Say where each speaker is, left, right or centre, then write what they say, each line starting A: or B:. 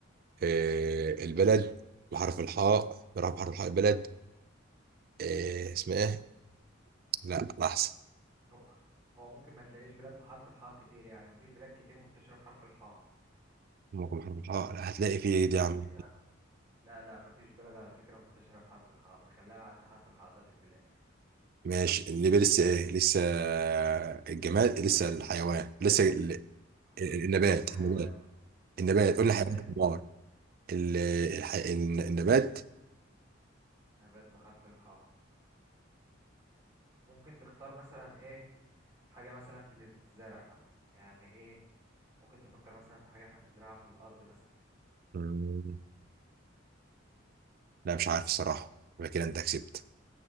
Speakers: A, on the right; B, on the right.
A: آه، البلد بحرف الحاء بحرف بحرف الحاء البلد آه، اسمها ايه لا لا احسن
B: هو هو ممكن ما تلاقيش بلاد بحرف الحاء كتير يعني مفيش بلاد كتير منتشرة بحرف الحاء
A: ممكن بحرف الحاء لا هتلاقي فيه إيه دي يا
B: على
A: عم
B: فكرة لا لا مفيش بلد على فكرة منتشرة بحرف الحاء فخلينا نعدي حرف الحاء ده في البلاد
A: ماشي النبي لسه ايه لسه الجماد لسه الحيوان لسه ال-
B: الحيوان
A: النبات
B: الحيوان،
A: النبات النبات قول لي
B: نبات
A: حيوان النار ال- الح- الن- النبات
B: نبات بحرف الحاء ممكن تختار مثلا ايه حاجة مثلا بتتزرع يعني ايه ممكن تفكر مثلا في حاجة احنا بنزرعها في الأرض مثلا
A: مم، لا مش عارف الصراحة يبقى كده انت كسبت